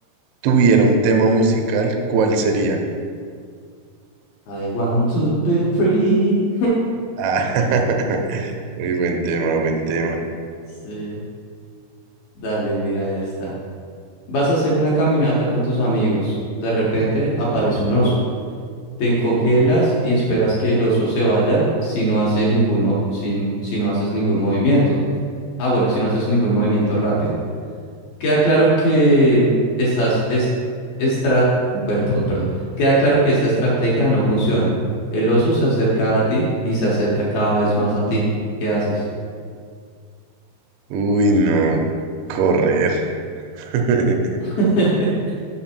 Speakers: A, on the right; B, on the left.
A: tuviera un tema musical, ¿cuál sería?
B: I want to be free.
A: Ah, <laughs> muy buen tema, buen tema.
B: Sí. Dale, mira esta. Vas a hacer una caminata con tus amigos. De repente aparece un oso. Te congelas y esperas que el oso se vaya si no hace ningún mo- si, si no haces ningún movimiento. Ah, bueno, si no haces ningún movimiento rápido. Queda claro que estás es estra- Bertón, perdón. Queda claro que esta estrategia no funciona. El oso se acerca a ti y se acerca cada vez más a ti. ¿Qué haces?
A: Uy, no, correr. <laughs>
B: <laughs>